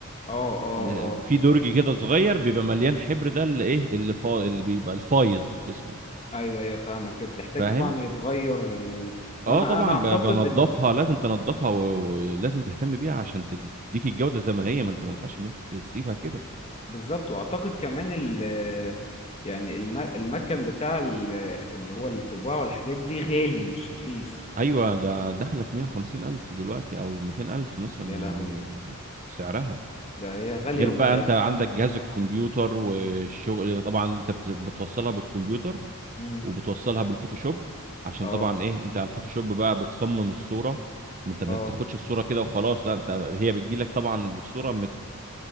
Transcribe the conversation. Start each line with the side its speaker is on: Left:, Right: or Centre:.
Left: اه اه
Right: ال-
Left: اه
Right: في درج كده صغير بيبقى مليان حبر ده اللي ايه اللي فاضل اللي بيبقى الفايظ اسمه
Left: ايوه ايوه فاهمك بتحتاج
Right: فاهم
Left: طبعا يتغير و... وانا
Right: اه طبعا
Left: انا اعتقد
Right: ب- بنضفها
Left: ال-
Right: لازم تنضفها و- ولازم تهتم بيها عشان تد- تديك الجودة زي ما هي ما انت ما ينفعش ان انت تسيبها كده
Left: بالظبط واعتقد كمان ال... يعني الم... المكن بتاع ال... اللي هو الطباعة والحاجات دي غالي مش رخيص
Right: ايوه ده داخلة في 150 الف دلوقتي او 200 الف مثلا
Left: يا لهوي
Right: آه، سعرها
Left: ده هي غالية
Right: غير
Left: وف
Right: بقى انت عندك جهاز الكمبيوتر والشغل طبعا انت بت- بتوصلها بالكمبيوتر
Left: مم.
Right: وبتوصلها بالفوتوشوب عشان
Left: اه
Right: طبعا ايه انت على الفوتوشوب بقى بتصمم الصورة ما انت ما
Left: اه
Right: بتاخدش الصورة كده وخلاص لا انت هي بتجيلك طبعا الصورة مت